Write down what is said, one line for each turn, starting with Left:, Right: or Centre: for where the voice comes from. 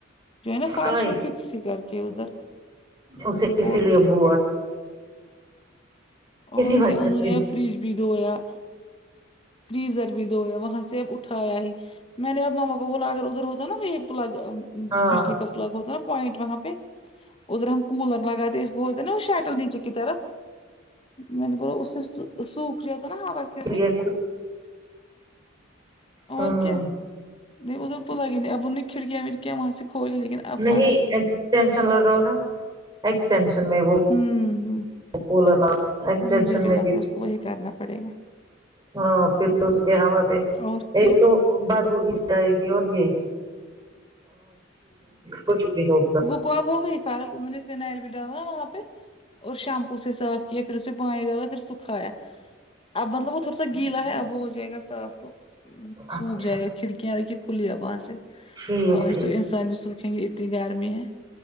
Left: جو ہے نا فارش
Right: ہاں
Left: وہ فکس کر کے ادھر
Right: اس اسی
Left: اور
Right: لیے
Left: کیا
Right: بو
Left: اور
Right: اسی وجہ
Left: کیا انہوں
Right: سے
Left: نے فرج بھی دھویا فریزر بھی دویا وہاں سے اب اٹھایا ہی میں نے اب ماما کو بولا اگر ادھر ہوتا ہے نا ابھی ایک پلگ
Right: ہاں
Left: بجلی کا پلگ ہوتا نا پوائنٹ وہاں پہ ادھر ہم کولر لگاتے اس کو وہ شیٹل نیچے کی طرف میں نے بو اس سوکھ رہیا تھا نا ہوا سے وہ
Right: یہ ہاں
Left: اور کیا نہیں پلگ ہی نہیں ابون نے کھڑکیاں وڑکیاں وہاں سے کھول لیکن اب
Right: نہیں
Left: فرق ہے
Right: ایکسٹینشن لگاؤ نا ایکسٹینشن میں وہ
Left: ہممم
Right: کولر لگا ایکسٹینشن
Left: مجھے بھی
Right: میں
Left: لگتا ہے اس کو وہی کرنا پڑے گا
Right: ہاں پھر تو اس کے ہوا سے
Left: اور
Right: ایک
Left: کیا
Right: تو بعد بو بھی جائے گی اور یہ کچھ بھی ہوگا
Left: کب ہو گئی فارق انہوں نے فنائل بھی ڈالا وہاں پہ اور شیمپو سے سرف پھر اسے پانی ڈالا پھر سکھایا اب مطلب وہ تھوڑا سا گیلا ہے اب وہ ہو جائے گا صاف تو
Right: اچھا
Left: سوکھ جائے گا کھڑکیاں دھیے کھلی ہے وہاں سے
Right: ٹھیک
Left: اور
Right: ٹھیک
Left: سوکھے گے اتنی گرمی ہے